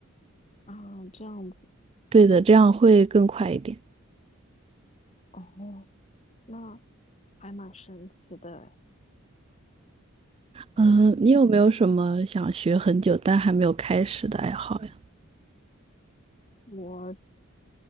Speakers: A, on the left; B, on the right.
A: 啊，这样子
B: 对的，这样会更快一点。
A: 哦，那还蛮神奇的诶。
B: 嗯，你有没有什么想学很久但还没有开始的爱好呀？
A: 我